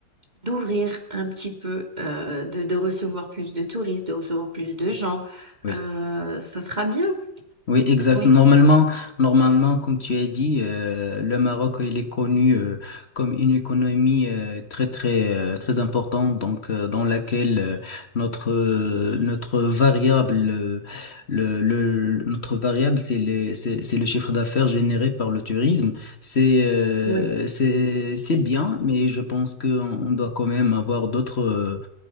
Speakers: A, on the right; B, on the left.
A: d'ouvrir un petit peu, euh, de, de recevoir plus de touristes, de recevoir plus de gens.
B: oui.
A: Euh, ça sera bien,
B: Oui, exact.
A: oui.
B: Normalement, normalement, comme tu as dit, euh, le Maroc, il est connu euh, comme une économie euh, très très euh, très importante, donc euh, dans laquelle euh, notre euh, notre variable euh, le, le notre variable c'est le c'est c'est le chiffre d'affaires généré par le tourisme. C'est euh,
A: Oui,
B: c'est c'est bien, mais je pense que on on doit quand même avoir d'autres euh,